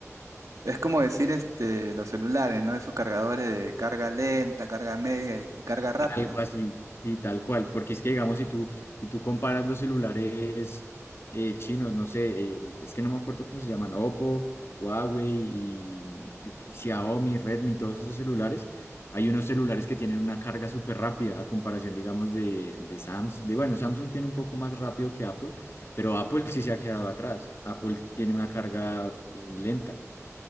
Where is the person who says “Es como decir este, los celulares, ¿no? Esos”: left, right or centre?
Right